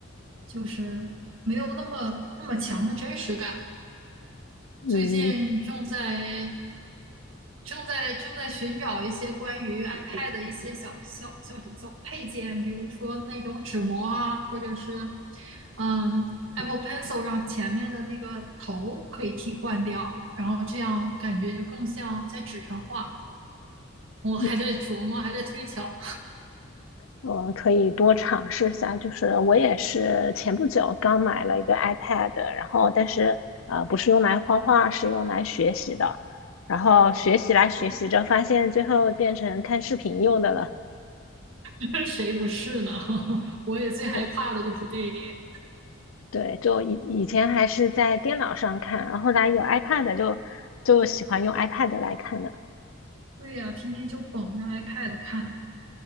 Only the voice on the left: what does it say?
嗯，
嗯
我可以多尝试一下。就是我也是前不久刚买了一个 iPad，然后但是呃不是用来画画，是用来学习的。然后学习来学习着，
发现最后变成看视频用的了。
对对，就以以前还是在电脑上看，然后后来有 iPad 就就喜欢用 iPad 来看了。